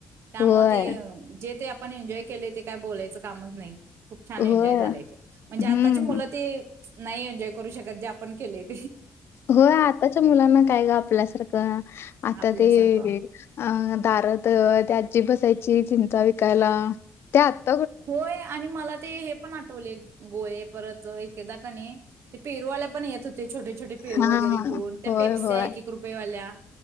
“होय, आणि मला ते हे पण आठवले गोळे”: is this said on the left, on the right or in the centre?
Right